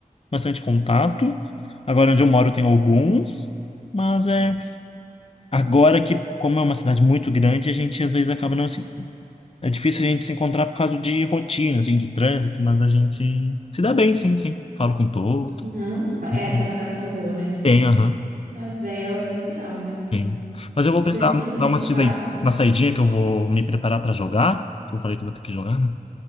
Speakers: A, on the left (about 45°); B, on the right (about 85°).
A: bastante contato. Agora onde eu moro tem alguns, mas é agora que, como é uma cidade muito grande, a gente às vezes acaba não se... É difícil a gente se encontrar por causa de rotina, assim, de trânsito, mas a gente se dá bem, sim, sim. Falo com todos.
B: Uhum. É,
A: Uhum.
B: tem uma relação boa, né?
A: Tem, aham,
B: Nossa, daí é o essencial, né?
A: tem. Mas eu vou
B: Independente
A: precisar
B: do tempo
A: dar uma
B: que
A: saída-
B: passa.
A: uma saidinha que eu vou me preparar para jogar, que eu falei que eu vou ter que jogar, né?